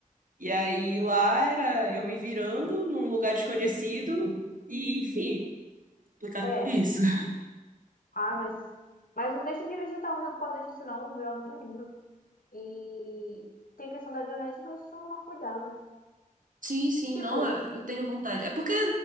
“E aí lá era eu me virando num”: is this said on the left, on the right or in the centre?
Right